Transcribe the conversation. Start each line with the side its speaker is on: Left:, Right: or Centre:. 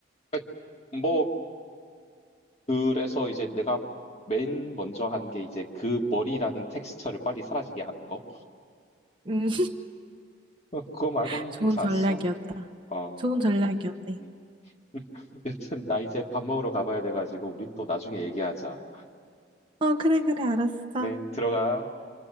Left: 그러니까 뭐 그래서 이제 내가 맨 먼저 한 게 이제 그 머리라는 텍스처를 빨리 사라지게 한 거.
Right: 음,
Left: 어 그거 말고는
Right: <laughs> 좋은
Left: 괜찮았어.
Right: 음, 전략이었다.
Left: 어.
Right: 좋은 전략이었네.
Left: 음. <laughs> 여튼 나 이제 밥 먹으러 가 봐야 돼 가지고 우리 또 나중에 얘기하자.
Right: 어, 그래, 그래, 알았어.
Left: 그래 들어가.